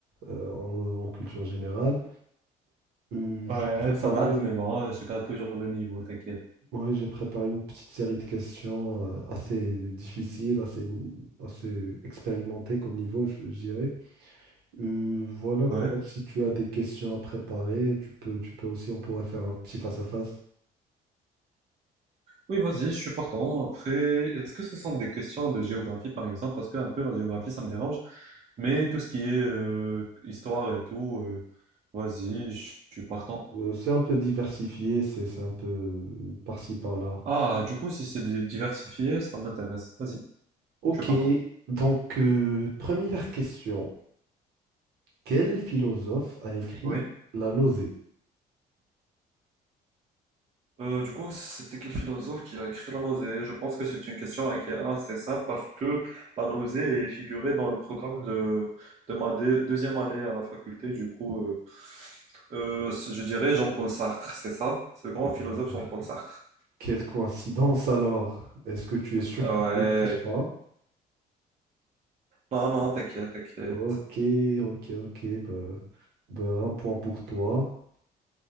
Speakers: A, on the right (about 70°); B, on the right (about 40°).
A: euh, en, en culture générale. Euh,
B: Ouais,
A: j'ai préparé,
B: ça date, mais bon, je garde toujours le niveau, t'inquiète.
A: ouais, j'ai préparé une petite série de questions euh, assez difficiles, assez, assez expérimentées comme niveau, je, je dirais. Euh, voilà
B: Ouais.
A: quoi, si tu as des questions à préparer, tu peux, tu peux aussi, on pourrait faire un petit face-à-face.
B: Oui, vas-y, je suis partant. Après, est-ce que ce sont des questions de géographie, par exemple? Parce que un peu la géographie, ça me dérange. Mais tout ce qui est euh, histoire et tout, euh, vas-y, je suis partant.
A: Euh, c'est un peu diversifié, c'est c'est un peu euh, par-ci, par-là.
B: Ah, du coup, si c'est di- diversifié, ça m'intéresse. Vas-y,
A: Ok,
B: je suis partant.
A: donc euh, première question. Quel philosophe a écrit
B: Oui.
A: La nausée?
B: Euh, du coup, c'était quel philosophe qui a écrit la nausée? Je pense que c'est une question hein, qui est assez simple parce que la nausée est figurée dans le programme de, de ma dé- deuxième année à la faculté. Du coup, euh, euh, je dirais Jean-Paul Sartre, c'est ça? Ce grand philosophe
A: Bah,
B: Jean-Paul Sartre.
A: quelle coïncidence alors? Est-ce que tu es sûr
B: Ah
A: que tu
B: Ouais.
A: ne triches pas?
B: Non, non, t'inquiète, t'inquiète.
A: Ok, ok, ok. Bah, bah, un point pour toi.